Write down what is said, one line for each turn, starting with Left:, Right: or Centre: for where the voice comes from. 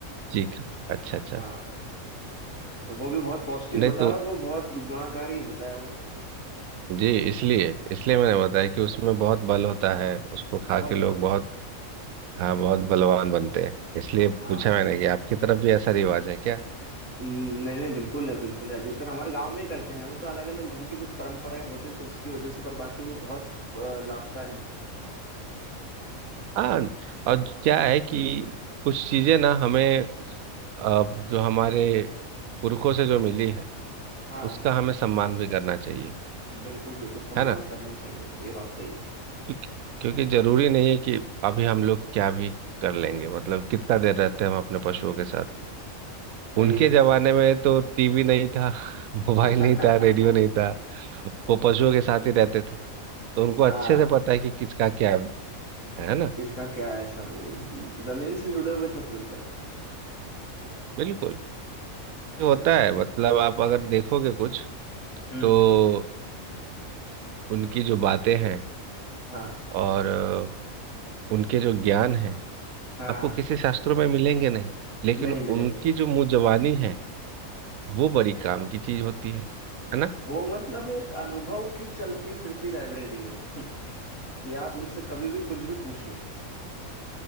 Right: ठीक है अच्छा अच्छा
Left: हाँ तो वो भी बहुत पौष्टिक
Right: नहीं
Left: होता
Right: तो
Left: है और वो बहुत गुणाकारी होता है वो
Right: जी इसलिए इसलिए मैंने बताया कि उसमें बहुत बल होता है उसको खा
Left: बहुत
Right: के लोग
Left: बल होता
Right: बहुत
Left: है
Right: हाँ बहुत बलवान बनते हैं इसलिए
Left: हाँ
Right: पूछा मैंने कि आपकी तरफ भी ऐसा रिवाज है क्या
Left: हम्म, नहीं नहीं बिल्कुल है बिल्कुल है अधिकतर हमारे गांव में ही करते हैं वो तो अलग अलग घर की कुछ परंपराएं होती हैं तो उसकी वजह से पर बाकी वो बहुत अ, लाभकारी है
Right: हाँ और क्या है कि कुछ चीजें ना हमें अ, जो हमारे पुरखों से जो मिली है
Left: हाँ
Right: उसका
Left: हाँ।
Right: हमें सम्मान भी करना चाहिए
Left: बिल्कुल बिल्कुल सम्मान
Right: है ना
Left: करना चाहिए ये बात सही है
Right: क्योंकि क्योंकि जरूरी नहीं है कि अभी हम लोग क्या भी कर लेंगे मतलब कितना देर रहते हैं हम अपने पशुओं के साथ
Left: सही
Right: उनके
Left: है
Right: जमाने
Left: सही
Right: में तो टीवी नहीं था <laughs> मोबाइल
Left: है।
Right: नहीं था रेडियो
Left: <laughs>
Right: नहीं था वो पशुओं के साथ ही रहते थे तो उनको अच्छे
Left: हाँ
Right: से पता है कि किसका क्या है है ना
Left: किसका क्या है सब वो जमीन से जुड़े हुए थे पूरी तरह
Right: बिल्कुल ये
Left: ये
Right: होता
Left: वाला
Right: है
Left: बात
Right: मतलब आप अगर देखोगे कुछ
Left: हम्म
Right: तो
Left: हम्म
Right: उनकी जो बातें हैं
Left: हाँ
Right: और अ, उनके जो ज्ञान है
Left: हाँ
Right: आपको किसी शास्त्रों में मिलेंगे नहीं लेकिन
Left: नहीं मिलेंगे
Right: उनकी
Left: नहीं।
Right: जो मुंजबानी है वो बड़ी काम की चीज होती है है ना
Left: वो मतलब एक अनुभव की चलती फिरती लाइब्रेरी है वो <laughs> कि आप उनसे कभी भी कुछ भी पूछ लो